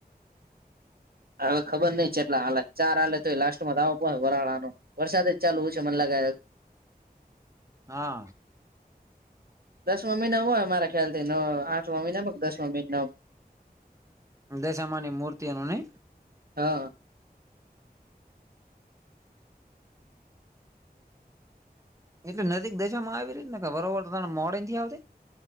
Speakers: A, on the right (about 65°); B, on the right (about 20°).
A: હવે ખબર નઈ ચેટલા હાલે ચાર હાલે તોય લાસ્ટમાં આવો પ વરાળાનો વરસાદ જ ચાલુ છે, મને લાગે
B: હા.
A: દસમા મહિના હોય મારા ખ્યાલથી નો આઠમા મહિના દસમા મહિના
B: દશામાની મૂર્તિ નુ નઈ
A: હા.
B: એટલે નજીક દસવામાં આવી રેને બરોબર ત મોડથી આવતે